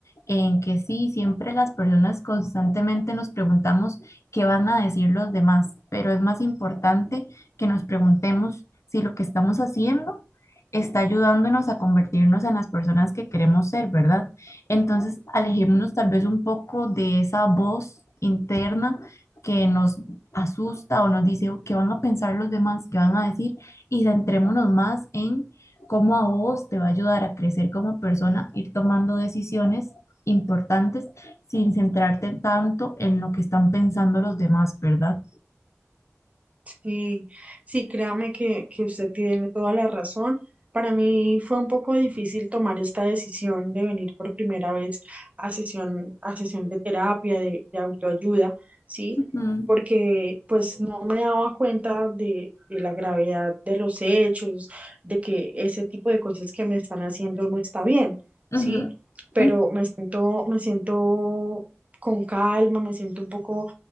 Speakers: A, on the left (about 75°); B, on the right (about 30°).
A: en que sí, siempre las personas constantemente nos preguntamos qué van a decir los demás, pero es más importante que nos preguntemos si lo que estamos haciendo está ayudándonos a convertirnos en las personas que queremos ser, ¿verdad? Entonces, alejémonos tal vez un poco de esa voz interna que nos asusta o nos dice "Oh, qué van a pensar los demás, qué van a decir y centrémonos más en cómo a vos te va a ayudar a crecer como persona, ir tomando decisiones importantes sin centrarte tanto en lo que están pensando los demás, ¿verdad?
B: Sí, sí, créame que, que usted tiene toda la razón. Para mí fue un poco difícil tomar esta decisión de venir por primera vez a sesión, a sesión de terapia, de, de autoayuda, ¿sí?
A: Ujú,
B: Porque pues no me daba cuenta de, de la gravedad de los hechos, de que ese tipo de cosas que me están haciendo no está bien,
A: ujú,
B: ¿sí? Pero
A: ujú,
B: me siento, me siento con calma, me siento un poco